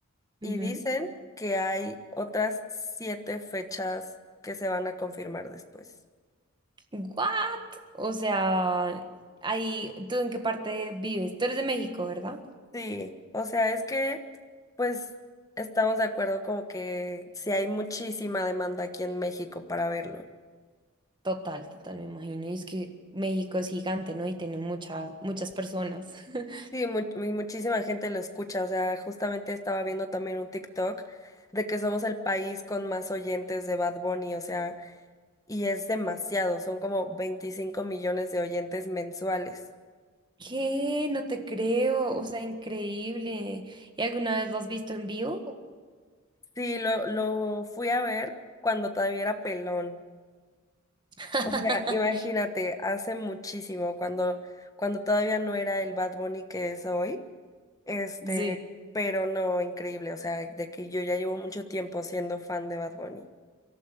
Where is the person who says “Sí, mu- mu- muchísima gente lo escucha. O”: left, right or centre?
Left